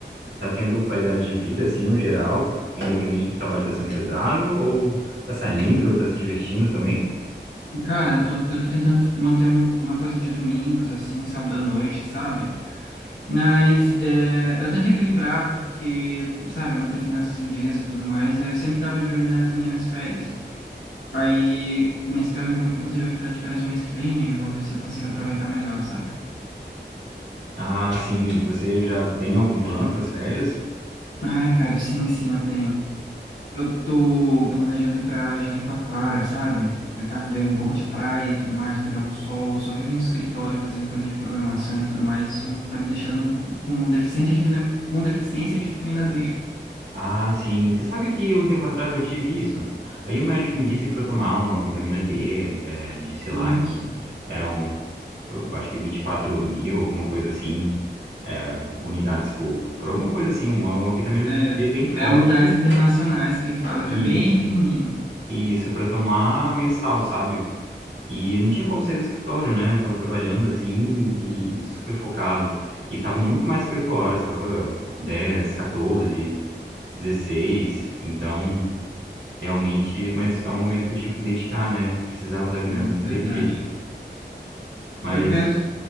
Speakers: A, on the right (about 80°); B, on the left (about 75°).
A: tá tendo qualidade de vida, assim, no geral, independente do trabalho tá sendo pesado, ou tá saindo, ou tá se divertindo também?
B: Cara, eu tô, eu tô tentando manter um- uma coisa de domingos, assim, sábado à noite, sabe? Mas é, eu tento equilibrar porque, sabe, manter finanças em dias e tudo mais. Aí eu sempre tava de olho nas minhas férias. Aí, minhas, eu, vou- inclusive, eu vou entrar de férias no mês que vem, aí eu vou ver se eu consigo aproveitar melhor, sabe?
A: Ah, sim, você já tem algum plano para as férias?
B: Ai, cara, sim, sim, eu tenho. Eu tô planejando ir pra Jericoacoara, sabe? A- a- Ver um pouco de praia e tudo mais, pegar um sol. Eu só vivo em escritório fazendo coisa de programação e tudo mais. Isso tá me deixando com deficiência de vitamina, com deficiência de vitamina D. <laughs>
A: Ah, sim. Você sabe que um tempo atrás eu tive isso. Aí o médico me disse para eu tomar uma vitamina D, eh, disse
B: Isso.
A: lá que eram, eu acho que vinte e quatro mil, alguma coisa assim, eh, unidades por, por alguma coisa assim, uma, uma vitamina
B: É,
A: D bem forte.
B: é unidades internacionais que fala
A: Isso,
B: que é bem pequenininho.
A: isso, para tomar mensal, sabe? E não tinha como sair do escritório, né? Tava trabalhando assim e super focado. E tava muito mais que 8 horas, tava 10, 14, 16. Então. Realmente, mas é um momento que eu tive que dedicar, né? Precisava da grana,
B: É isso,
A: não
B: é
A: teve
B: verdade.
A: jeito. Mas,
B: Eu penso,